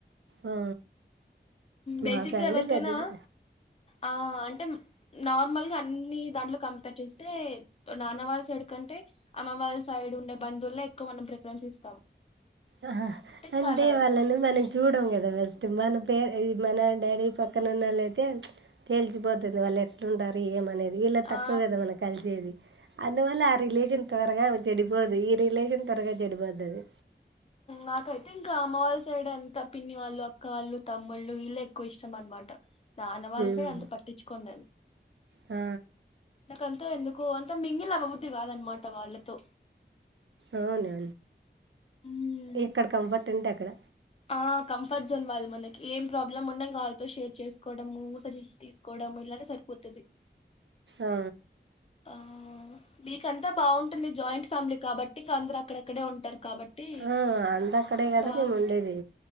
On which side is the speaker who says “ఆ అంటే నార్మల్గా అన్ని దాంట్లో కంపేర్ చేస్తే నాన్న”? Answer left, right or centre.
Left